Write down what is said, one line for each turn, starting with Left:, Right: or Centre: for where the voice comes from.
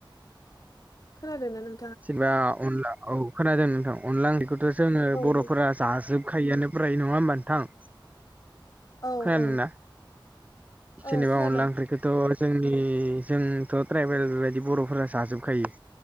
Left: खोना दोंना नों
Right: जेनेबा अनला औ खोनादों नोंथां अनला <unintelligible> जोङो
Left: औ
Right: बर'फोरा
Left: दे
Right: जाजोबखायोआानो ब्राय नङा होमब नोंथां।
Left: औ
Right: खोनादोंना
Left: औ औ
Right: जेनेबा
Left: खोनादों
Right: अनला ओंख्रिखौ थ' जोंनि जोंथ' ट्राइबेल बेबायदि बर'फोरा जाजोबखायो।